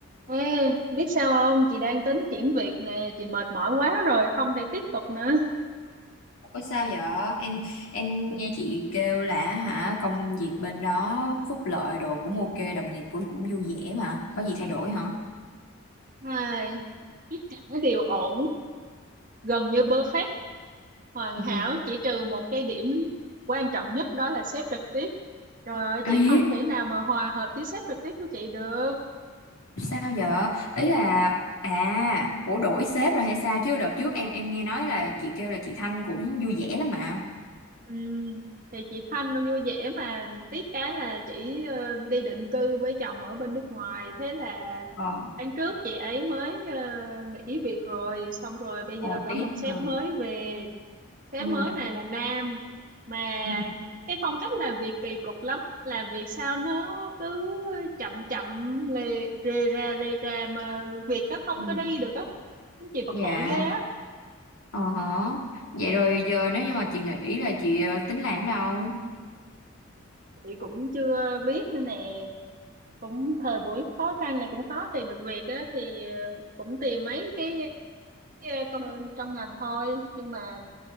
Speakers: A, on the right; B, on the left.
A: Ê, biết sao không? Chị đang tính chuyển việc nè, chị mệt mỏi quá rồi, không thể tiếp tục nữa.
B: Ủa sao vậy? Em em nghe chị kêu là hả công việc bên đó phúc lợi đồ cũng ok, đồng nghiệp cũng cũng vui vẻ mà. Có gì thay đổi hả?
A: Ai, tất cả đều ổn, gần như perfect, hoàn
B: Ừ.
A: hảo, chỉ trừ một cái điểm quan trọng nhất đó là sếp trực tiếp. Trời ơi,
B: Ấy,
A: chị không thể nào mà hòa hợp với sếp trực tiếp của chị được.
B: sao vậy? Ý là à, ủa đổi sếp rồi hay sao chứ đợt trước em em nghe nói là chị kêu là chị Thanh cũng vui vẻ lắm mà.
A: Ừm, thì chị Thanh nó vui vẻ mà tiếc cái là chị ờ, đi định cư với chồng ở bên nước ngoài, thế là
B: Ờ,
A: tháng trước chị ấy mới ờ, nghỉ việc rồi xong rồi bây
B: ồ
A: giờ có
B: tiếc
A: một
B: mà.
A: sếp mới về sếp
B: Ừ.
A: mới này là nam mà
B: Ừ.
A: cái phong cách làm việc kỳ cục lắm làm việc sao nó cứ chậm chậm lề rề ra rề ra mà việc nó không
B: Ừ.
A: có đi được á nó chỉ bực
B: Dạ,
A: bội ghê á
B: ờ hả. Vậy rồi giờ nếu như mà chị nghĩ là chị ờ, tính làm ở đâu?
A: chị cũng chưa biết nữa nè cũng thời buổi khó khăn này cũng khó tìm được việc á thì ờ, cũng tìm mấy cái ờ, công trong ngành thôi nhưng mà